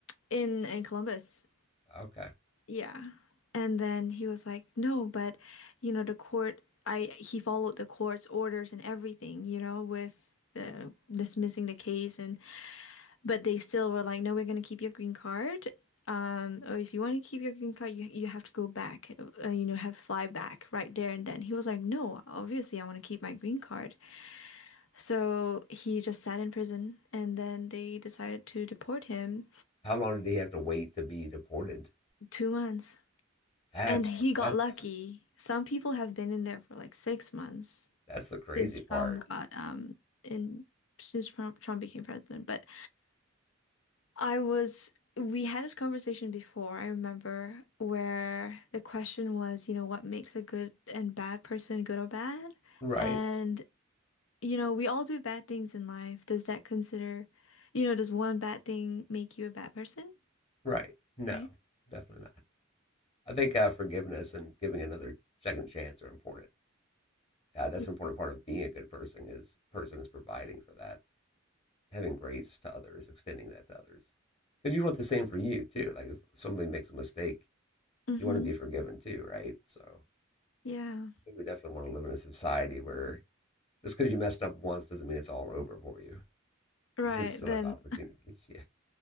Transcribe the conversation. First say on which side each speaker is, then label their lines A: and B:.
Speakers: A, on the left; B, on the left.
A: in in Columbus
B: Okay.
A: Yeah. And then he was like, no, but you know, the court, I he followed the court's orders and everything, you know, with the dismissing the case and but they still were like, no, we're gonna keep your green card. Um, or if you want to keep your green card, you you have to go back, uh, you know, have fly back right there and then. He was like, no, obviously I want to keep my green card. So he just sat in prison and then they decided to deport him
B: How long did he have to wait to be deported?
A: two months.
B: That's
A: And he got
B: that's
A: lucky. Some people have been in there for like six months
B: that's the crazy
A: since Trump
B: part.
A: got um in since Trump, Trump became president. But I was we had this conversation before, I remember, where the question was, you know, what makes a good and bad person good or bad?
B: Right.
A: And you know, we all do bad things in life. Does that consider, you know, does one bad thing make you a bad person?
B: Right. No,
A: Right?
B: definitely not. I think uh, forgiveness and giving another second chance are important. Uh, that's
A: Yeah.
B: an important part of being a good person is person is providing for that, having grace to others, extending that to others. Because you want the same for you too. Like if somebody makes a mistake,
A: Mm-hmm.
B: you want to be forgiven too, right? So
A: Yeah.
B: I think we definitely want to live in a society where just because you messed up once doesn't mean it's all over for you.
A: Right.
B: You should still
A: Then
B: have opportunities. Yeah.